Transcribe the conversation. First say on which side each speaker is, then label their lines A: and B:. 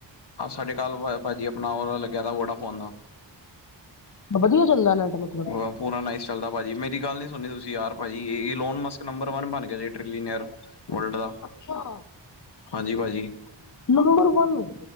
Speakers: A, on the left; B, on the left.
A: ਆਹ ਸਾਡੇ ਕੱਲ ਲਵਾਇਆ ਭਾਅਜੀ, ਅਪਨਾ ਓ ਵਾਲਾ ਲੱਗਿਆ ਦਾ ਵੋਡਾਫੋਨ ਦਾ।
B: ਬ ਵਦੀਆ ਚੱਲਦੈ ਨੈੱਟ ਬਈ।
A: ਵਾਹ! ਪੂਰਾ ਨਾਈਸ ਚੱਲਦਾ ਭਾਜੀ, ਮੇਰੀ ਗੱਲ ਨੀ ਸੁਨਨੀ ਤੁਸੀਂ ਯਾਰ ਭਾਜੀ, ਏ ਲੋਨ ਮਸਤ ਨੰਬਰ ਵਨ ਬਨ ਗਿਆ ਜੇ, ਟਰੇਲੀਨੀਅਰ। ਵਰਲਡ ਦਾ,
B: ਅੱਛਾ
A: ਹਾਂਜੀ ਭਾਜੀ।
B: ਨੰਬਰ ਵਨ-ਵਨ